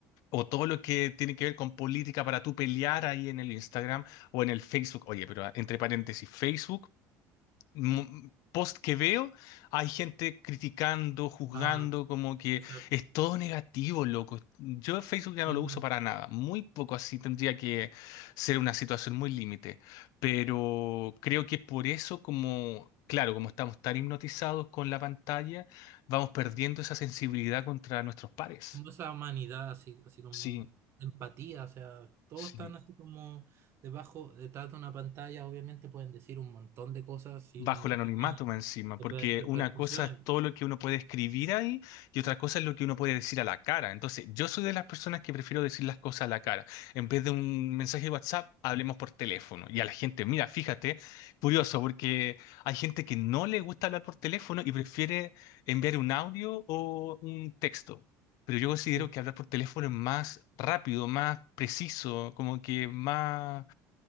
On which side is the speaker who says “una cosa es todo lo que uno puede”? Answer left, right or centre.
Left